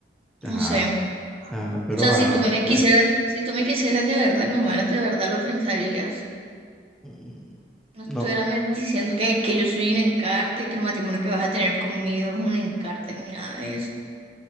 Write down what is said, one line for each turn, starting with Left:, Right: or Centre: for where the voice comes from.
Right: No
Centre: Ajá,
Right: sé.
Centre: ah, pero
Right: O sea, si
Centre: ah,
Right: tú me
Centre: pues
Right: quisieras, si tú me quisieras de verdad y me amaras de verdad, lo pensarías.
Centre: mm,
Right: No estuvieras
Centre: no,
Right: me- diciendo que, que yo soy un encarte, que el matrimonio que vas a tener conmigo es un encarte ni nada de eso